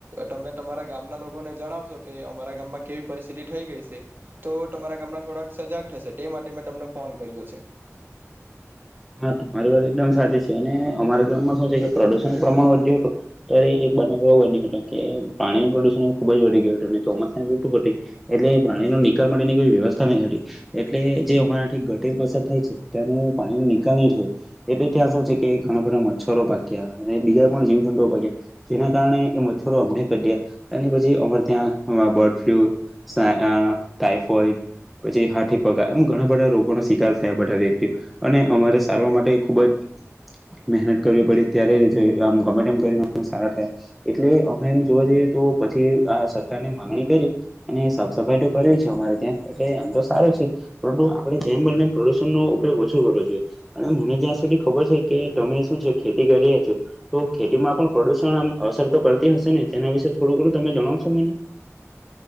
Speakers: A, on the right; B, in the centre.
A: તમે તમારા ગામના લોકોને જણાવશો કે અમારા ગામમાં કેવી પરિસ્થિતિ થઈ ગઈ છે, તો તમારા ગામના થોડાક સજાગ થશે તે માટે મેં તમને ફોન કર્યો છે.
B: હા તમારી વાત એકદમ સાચી છે. અને અમારા ગામમાં શું છે કે પ્રદુ પ્રમાણ વધ્યું તું ત્યારે એક બનાવ એવો બન્યો હતો કે પાણી નું પ્રદુષણ ખુબ જ વધી ગયું હતું અને ચોમાસાની ઋટુ હતી. એટલે પાણીનો નિકાલ માટેની કોઈ વ્યવસ્થા નઈ હતી. એટલે જે અમારાથી ગટેર પસાર થાય છે, ત્યાંનું પાણી નિ નકામી જ હોય. એટલે ત્યાં શું છે કે ઘણા બધા મચ્છરો પાક્યા, અને બીજા કોણ જીવ જંતુ અપાય કે. જેના કારણે એ મચ્છરો અમને કઢ્યા. એની પછી અમારે ત્યાં. હમણાં બર્ડ ફ્લુ ટાઈ અ ટાઈફોઈડ, પછી હાથી પગ, એમ ઘણા બધા રોગોનો શિકાર થયા બધા વ્યક્તિ. અને અમારે સારવાર માટે ખુબ જ મહેનત કરવી પડી. ત્યારે જો આમ ગમે એમ કરીને સારા થયા. એટલે અમે એમ જોવા જઈએ તો પછી આ સરકારને માગણી કરી અને સાફ સફાઈ તો કરવી છે. અમારે ત્યાં એટલે આમ તો સારો છે. પરંતુ આપણે જેમ બને એમ પ્રદુષણનો ઉપયોગ ઓછો કરવો જોઈએ. અને મને જ્યાં સુધી ખબર છે કે. તમે શું છે ખેતી કરી રહ્યા છો. તો ખેતીમાં પણ પ્રદુષણ આમ અસર તો કરતી હશે ને. તેના વિશે થોડું ઘણું તમે જણાવશો મને?